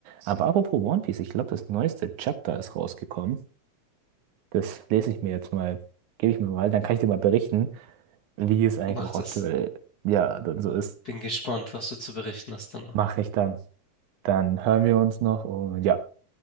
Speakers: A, on the right (about 85°); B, on the left (about 40°).
A: Aber apropos One Piece, ich glaube, das neueste Chapter ist rausgekommen. Das lese ich mir jetzt mal, gebe ich mir mal, dann kann ich dir mal berichten, wie es eigentlich
B: mach
A: auch
B: das.
A: aktuell, ja, dann so ist.
B: Bin gespannt, was du zu berichten hast dann.
A: Mach ich dann. Dann hören wir uns noch und ja,